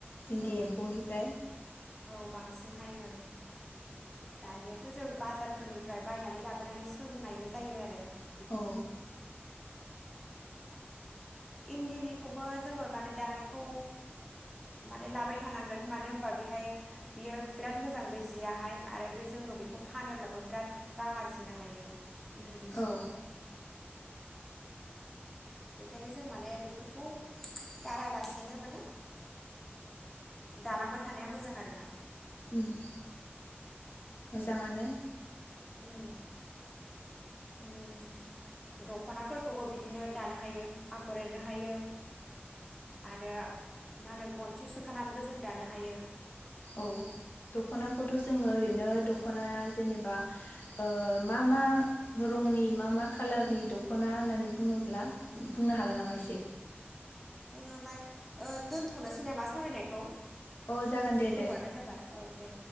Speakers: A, on the left (about 55°); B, in the centre.
A: इन्दि
B: औ
A: एम्फौनिफ्राय।
B: औ बांसिनहाय ओं। दानियाथ' जों बाजारफोरनिफ्राय बायनानै लाबोनानै सोंनायबो जायो आरो बिदिनो
A: औ।
B: इन्दिनिखौबो जोङो माने दानायखौ माने लाबाय थानांगोन। मानो होनबा बेहाय बियो बिराद मोजां बे जियाहाय आरो बे जोङो बेखौ फानोब्लाबो बिराद रां आरजिनो हायो। इन्दिनि जिखौ
A: औ।
B: बेखायनो जों माने बेफोरखौ गारालासेनो माने दालांबाय थानाया मोजां आरो ना।
A: ओम मोजाङानो।
B: ओम ओम। दखनाफोरखौबो बिदिनो दानो हायो आगर एरनो हायो आरो मा होनो गनसियाव सोखानानैबो जों दानो हायो।
A: औ द'खनाखौथ' जोङो ओरैनो द'खनाया
B: औ
A: जेनेबा ओ मा मा रंनि
B: औ
A: मा मा खालारनि द'खना होननानै बुङोब्ला
B: औ
A: बुंनो हागोन नामा एसे?
B: <unintelligible> ओ दोन्थ'नोसै नामा सावरायनायखौ?
A: अ जागोन
B: एसे
A: दे
B: गोबावानो
A: दे
B: जाबाय औ दे।